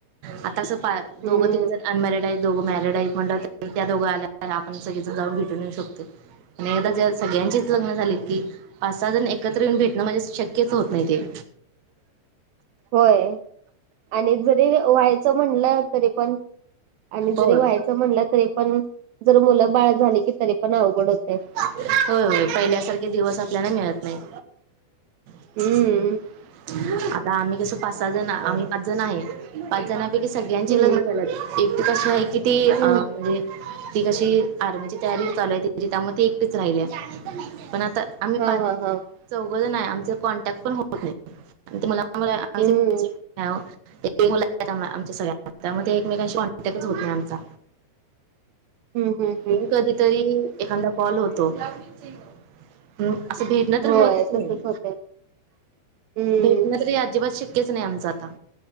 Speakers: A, on the right (about 60°); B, on the right (about 80°).
A: आता कसं पा
B: हम्म
A: दोघ तिघजण अनमॅरिड आहेत, दोघं मॅरिड आहेत, म्हटल्याव त्या दोघं आल्याव आपण सगळेजण जाऊन भेटून येऊ शकतो. एकदा ज्या सगळ्यांचीच लग्न झाली की, पाच सहाजण एक एकत्र येऊन भेटणं म्हणजे शक्यच होत नाही ते.
B: व्हय. आणि जरी व्हायचं म्हणलं तरी पण आणि जरी
A: होय
B: व्हायचं म्हणलं तरी पण, जर मुलं बाळ झाली की तरी पण अवघड होतय.
A: <unintelligible> व्हय व्हय, पहिल्यासारखे दिवस आपल्याला मिळत नाहीत. <unintelligible>
B: हम्म
A: आता आम्ही कस पाच सहाजण, आम्ही पाच जण आहे. पाच जण की सगळ्यांची
B: हम्म
A: लग्न झाल्यात. एकटीच अस आहे की ती अं
B: हम्म
A: म्हणजे ती कशी आर्मीची तयारी चालू आहे तिची. त्यामुळे ती एकटीच राहिलीया, पण आता आम्ही
B: हा
A: पाच
B: हा हा
A: चौघजण हाय. आमच कॉन्टॅक्ट पण होत नस. की मला <unintelligible>
B: हम्म
A: एकेक मुलगा अकॅडेमीत हाय आमच्या सगळ्यांचा त्यामध्ये एकमेकांशी कॉन्टॅक्टच होत नाही आमचा.
B: हम्म हम्म हम्म
A: अं कधीतरी एकांदा कॉल होतो. <unintelligible> हं भेटण
B: होय
A: तर होतच नाही.
B: तसच होतय हम्म
A: भेटण तर अजिबात शक शक्यच नाही आमच आता.